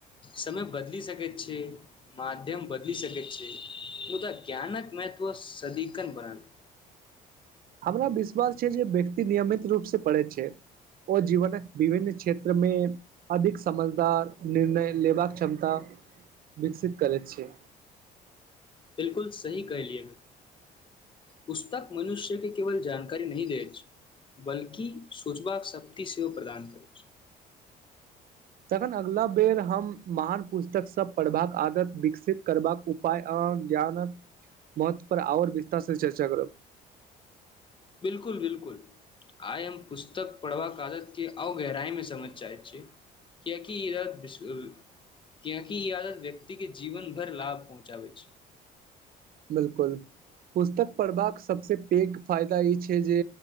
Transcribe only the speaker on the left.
समय बदल सक छै, मध्यम बदल सके छै, मुदक ज्ञानक महत्व सदिकन बनल।
बिलकुल सही कलियए, पुस्तक मनुष्य के केवल जानकारी नहिह दै छै, बल्कि सोचबाक शक्त सेहो प्रदान करै छै।
बिल्कुल, बिल्कुल, आइ हम पुस्तक पढ़बाक आदत के अ गहराइमे समझ चाहै छी, किएकि ई, कियकि ई आदत व्यक्तिक के जीवन भर लाभ पहुँचाबै छै।